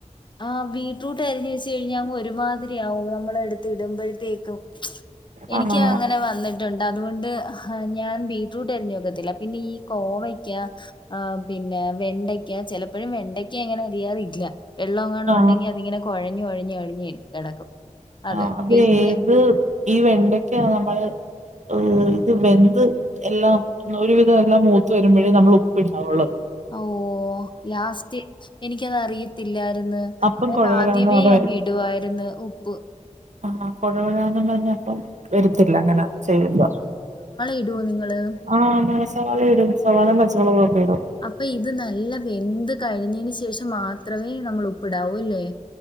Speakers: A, on the left; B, on the right.
A: ആഹ് ബീറ്റ്റൂട്ട് അരിഞ്ഞ വെച്ച് കഴിഞ്ഞാ അങ്ങ് ഒരുമാതിരി ആവും നമ്മളടുത്ത് ഇടുമ്പോഴത്തേക്ക് എനിക്ക്
B: ആണോ
A: അങ്ങനെ വന്നിട്ട് ണ്ട് അതുകൊണ്ട് ഞാൻ ബീറ്റ്റൂട്ട് അരിഞ്ഞു വക്കത്തില്ല പിന്നെ ഈ കോവക്ക ആ പിന്നെ വെണ്ടയ്ക്ക ചിലപ്പോഴും വെണ്ടയ്ക്ക എങ്ങനെ അരിയാാറില്ല വെള്ളം എങ്ങണ
B: ആ
A: ഉണ്ടെങ്കി അതിങ്ങനെ കൊഴഞ്ഞഞ് ഒഴിഞ്ഞഞ്ഴിഞ് കിടക്കും അത്
B: ആഹ്
A: പിന്നെ
B: ഏത് ഈ വെണ്ടക്കാ നമ്മള് ഏ ഇത് വെന്ത് എല്ലാം ഒരു വിധം എല്ലാം മൂത്ത വരുമ്പോഴേ നമ്മൾ ഉപ്പിടാവുള്ളത്
A: ഓ ലാസ്റ്റ് എനിക്കത്റിയത്തില്ലായിരുന്നു
B: അപ്പം
A: ഞാൻ
B: കുഴവഴാന്ന്
A: ആദ്യമേ
B: പറഞ്ഞ
A: അങ്ങ് ഇടുവായിരുന്നു ഉപ്പ്
B: ആഹ് കൊഴകൊഴന്നും പറഞ്ഞ അപ്പം വരത്തില്ല അങ്ങനെ ചെയ്യുമ്പോ
A: ഇടോ നിങ്ങള്
B: ആഹ് സവാള ഇടും സവാളയും പച്ചമൊളകൊക്കെ ഇടും
A: അപ്പൊ ഇത് നല്ല വെന്ത് കഴിഞ്ഞതിന് ശേഷം മാത്രമേ നമ്മൾ ഉപ്പിടാവൂ അല്ലേ